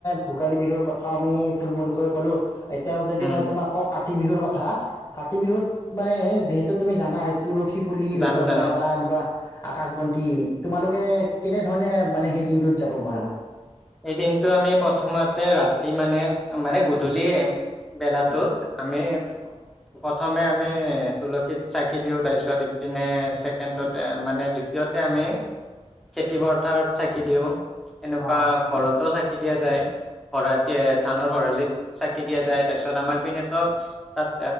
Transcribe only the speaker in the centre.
উম
জানো
জানো
উম
এই দিনটো আমি প্ৰথমতে ৰাতি মানে মানে গধূলি বেলাটোত আমি প্ৰথমে আমি তুলসীত চাকি দিওঁ তাৰপিছত ইপিনে ছেকেণ্ডতে মানে দ্বিতীয়তে আমি খেতি পথাৰত চাকি দিওঁ
এনেকুৱা ঘৰতো চাকি দিয়া যায় ভৰা থানৰ ভৰালিত চাকি দিয়া যায় তাৰ পিছত আমাৰ পিনেতো তাত